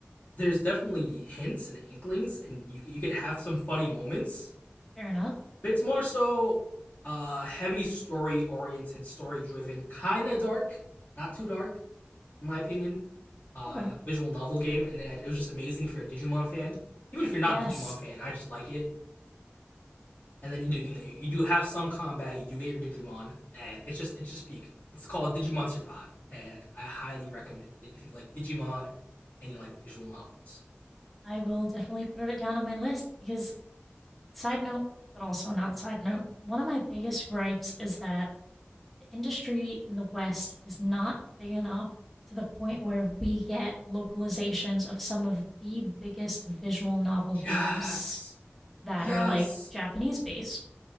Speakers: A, on the left (about 45°); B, in the centre.
A: There's definitely hints and inklings, and you you could have some funny moments.
B: Fair enough.
A: But it's more so uh heavy story oriented, story driven, kind of dark, not too dark in my opinion. Uh,
B: Okay.
A: visual novel game, and it, it was just amazing if you're a Digimon fan. Even if you're not
B: Yes.
A: a Digimon fan, I just like it. and then you do you know you do have some combat. You do get your Digimon, and it's just it's just peak. It's called Digimon Survive, and I highly recommend it if you like Digimon and you like visual novels.
B: I will definitely put it down on my list because, side note, but also not side note, one of my biggest gripes is that the industry in the West is not big enough to the point where we get localizations of some of the biggest visual novel
A: Yes,
B: games that
A: yes,
B: are like Japanese based.